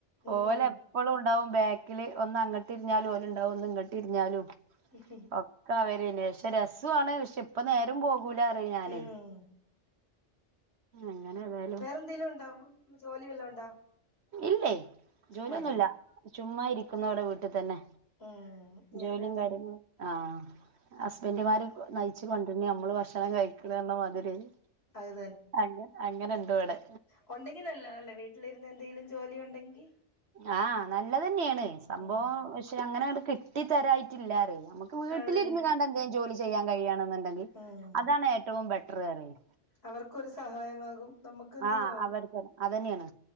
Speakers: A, on the left (about 55°); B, on the right (about 65°).
A: ഉം.
B: ഓലെപ്പളും ഉണ്ടാവും ബാക്കില് ഒന്ന് അങ്ങട്ട് ഇരിഞ്ഞാലും ഓന്ണ്ടാവും ഒന്ന് ഇങ്ങട്ട് ഇരിഞ്ഞാലും.
A: ഉഹ്ഹ
B: ഒക്കെ അവരന്നേ പക്ഷെ രസമാണ് പക്ഷെ ഇപ്പ നേരും പോകൂല അറേം ഞാന്.
A: ഉം.
B: അങ്ങനെ ഏതായാലും
A: വേറെന്തേലും ഉണ്ടോ ജോലി വല്ലോം ഉണ്ടോ?
B: ഇല്ലേ
A: ചുമ്മാ
B: ജോലിയൊന്നൂല്ല
A: ഇരിക്കുന്നു
B: ചുമ്മാ ഇരിക്കുന്നു ഇവിടെ വീട്ടി തന്നെ
A: ഉം ഞാനും
B: ജോലീം
A: അത്
B: കാര്യങ്ങളും ആഹ് ഹസ്ബൻഡുമാര് നയിച്ചു കൊണ്ടരുന്ന് നമ്മള് ഭക്ഷണം കഴിക്കുക എന്ന മാതിരിയായി
A: അത്
B: അങ് അങ്ങനെ ഇണ്ട് ഇവിടെ
A: കൊണ്ടെങ്കി നല്ലതാല്ലേ വീട്ടിലിരുന്ന് എന്തെങ്കിലും ജോലി ഒണ്ടെങ്കി
B: ആഹ് നല്ലതന്നെയാണ് സംഭവം
A: ഉം
B: പക്ഷെ അങ്ങനെ അങ്ങട് കിട്ടി തരായിട്ടില്ലാറ് നമുക് ക്ക്
A: അത്
B: വീട്ടിലിരുന്ന്
A: തന്നെ
B: കാണ്ട് എന്തേലും ജോലി ചെയ്യാൻ കഴിയാണെന്നുണ്ടെങ്കി
A: ഉം
B: അതാണ് ഏറ്റവും ബെറ്റർ പറയേം
A: അവർക്കൊരു സഹായമാകും നമുക്കുന്തേലും
B: ആഹ്
A: ആകും
B: അവർക്ക് അതന്നെയാണ്